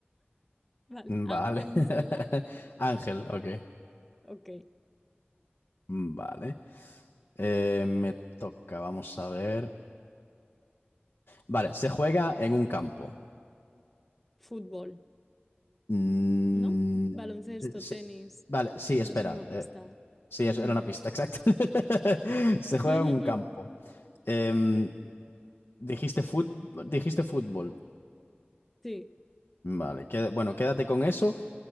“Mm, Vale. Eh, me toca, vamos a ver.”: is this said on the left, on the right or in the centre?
Left